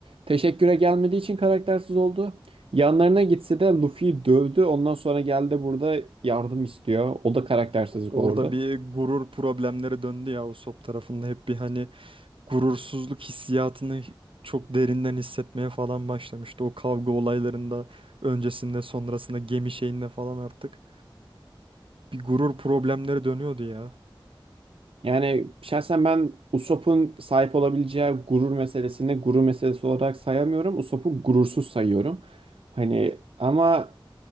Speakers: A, on the right (about 85°); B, on the right (about 75°).
A: Teşekküre gelmediği için karaktersiz oldu. Yanlarına gitse de Luffy'yi dövdü. Ondan sonra geldi burada yardım istiyor. O da karaktersizlik
B: Orada
A: olurdu.
B: bir gurur problemleri döndü ya Usopp tarafında hep bir hani gurursuzluk hissiyatını çok derinden hissetmeye falan başlamıştı. O kavga olaylarında öncesinde sonrasında gemi şeyinde falan artık bir gurur problemleri dönüyordu ya.
A: Yani şahsen ben Usopp'un sahip olabileceği gurur meselesini gurur meselesi olarak sayamıyorum. Usopp'u gurursuz sayıyorum. Hani ama